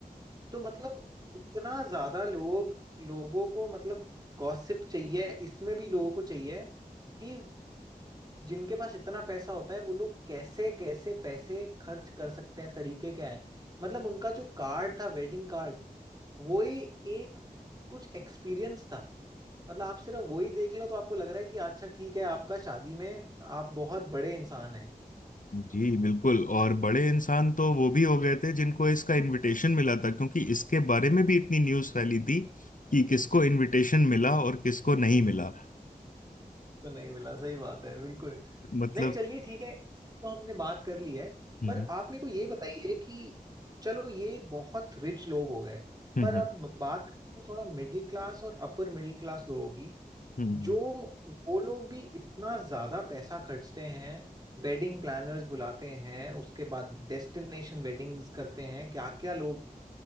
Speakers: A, on the right (about 25°); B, on the left (about 60°).
A: तो मतलब इतना ज्यादा लोग लोगों को मतलब गॉसिप चाहिए इसमें भी लोगों को चाहिए कि जिनके पास इतना पैसा होता है वो लोग कैसे कैसे पैसे खर्च कर सकते हैं तरीके क्या हैं मतलब उनका जो कार्ड था वेडिंग कार्ड वो ही एक कुछ एक्सपीरियंस था मतलब आप सिर्फ वही देख लो तो आपको लग रहा है कि अच्छा ठीक है आपका शादी में आप बहुत बड़े इंसान हैं
B: जी बिल्कुल और बड़े इंसान तो वो भी हो गए थे जिनको इसका इनविटेशन मिला था क्योंकि इसके बारे में भी इतनी न्यूज़ फैली थी कि किसको इनविटेशन मिला और किसको नहीं मिला
A: तो नहीं मिला सही बात है बिल्कुल
B: मतलब
A: नहीं चलिए ठीक है तो हमने बात कर ली है
B: हम्म
A: पर आप मेरे को ये बताइए कि चलो ये बहुत रिच लोग हो गए
B: हम्म
A: पर अब बात करते हैं थोड़ा मिडिल क्लास और अपर मिडिल क्लास लोगों की
B: हम्म हम्म।
A: जो वो लोग भी इतना ज्यादा पैसा खर्चते हैं वेडिंग प्लानर्स बुलाते हैं उसके बाद डेस्टिनेशन वेडिंग्स करते हैं क्या क्या लोग